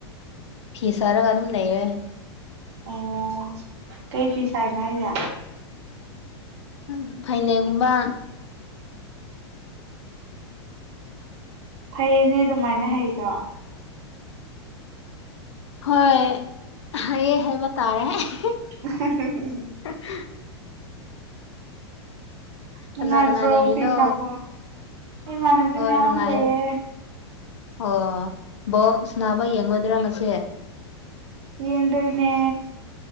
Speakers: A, on the left; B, on the right.
A: ꯐꯤ ꯁꯥꯔꯒ ꯑꯗꯨꯝ ꯂꯩꯌꯦ
B: ꯑꯣ ꯀꯩ ꯐꯤ ꯁꯥꯏꯅꯣ ꯍꯥꯏꯖꯦ
A: ꯍꯝ ꯐꯅꯦꯛꯒꯨꯝꯕ
B: ꯐꯩꯌꯦꯅꯦ ꯑꯗꯨꯃꯥꯏꯅ ꯍꯩꯗꯣ
A: ꯍꯣꯏ ꯍꯩꯌꯦ ꯍꯥꯏꯕ ꯇꯥꯔꯦ <unintelligible>
B: <unintelligible>
A: <unintelligible>
B: ꯅꯨꯡꯉꯥꯏꯕ꯭ꯔꯣ
A: ꯀꯅꯥ ꯀꯅꯥ ꯂꯩꯔꯤꯅꯣ
B: ꯐꯤꯁꯥꯕ ꯈꯣꯢ ꯏꯃꯥꯟꯅꯕꯤ
A: ꯍꯣꯏ
B: ꯃꯌꯥꯝ
A: ꯅꯨꯡꯉꯥꯏꯌꯦ
B: ꯂꯩꯌꯦ
A: ꯑꯣ ꯕꯣꯜ ꯁ꯭ꯅꯥꯕ ꯌꯦꯡꯉꯣꯏꯗ꯭ꯔꯣ ꯉꯁꯤ
B: ꯌꯦꯡꯗꯣꯏꯅꯦ